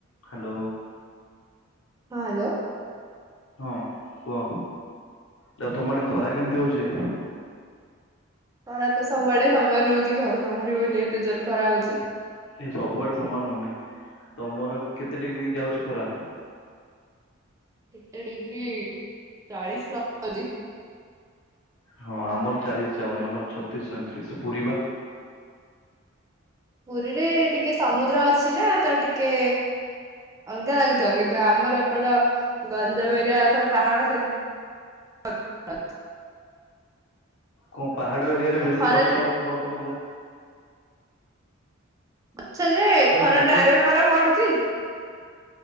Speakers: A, on the left; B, on the right.
A: ହାଲୋ।
B: ହଁ ହ୍ୟାଲୋ
A: ହଁ କୁଅ ତାପରେ ତମ ଆଡ଼େ ଖରା କେମିତି ହଉଛି?
B: ଖରା ତ ସବୁଆଡେ ସମାନେ ହଉଚି। ଘରୁ ବାହାରି ହଉନି ଏତେ ଜୋର ଖରା ହଉଛି।
A: ନାଇଁ ସବୁଆଡେ ସମାନ ହଉନି। ତମର କେତେ ଡିଗ୍ରୀ ଯାଉଛି ଖରା?
B: କେତେ ଡିଗ୍ରୀ ଚାଳିଶ ପ୍ଲସ ହଉଛି।
A: ହଁ ଆମର ଚାଳିଶ ଯାଉନି ଆମର ଛତିଶ ସଇଁତିରିଶ ପୁରି ବା।
B: ପୁରୀରେ ଟିକେ ସମୁଦ୍ର ଅଛି ନା ତ ଟିକେ ଅଲଗା ଲାଗୁଥିବ କିନ୍ତୁ ଆମର ଏପଟ ଗଞ୍ଜମ ଏରିଆ ସବୁ ପାହାଡ <unintelligible>
A: କଣ ପାହାଡ ଏରିଆ ରେ
B: ତ
A: ବେଶୀ
B: ଖରା
A: ଗଛ <unintelligible>
B: ଗଛ ଯେ
A: କଣ
B: ଖରାଟା
A: କହୁଛ?
B: ଡାଇରେକ୍ଟ ପରା ପଡୁଚି।